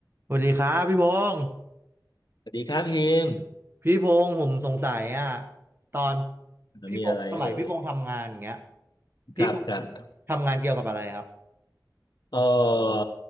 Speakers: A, on the right; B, on the left.
A: สวัสดีครับพี่พงษ์
B: สวัสดีครับพิมพ์
A: พี่พงษ์ผมสงสัยอ่ะตอนพี่พงษ์สมัยพี่พงษ์ทำงานอย่างเงี้ย
B: มีอะไรเอ่ย
A: พี่พงษ์
B: ครับครับ
A: ทำงานเกี่ยวกับอะไรครับ
B: เออ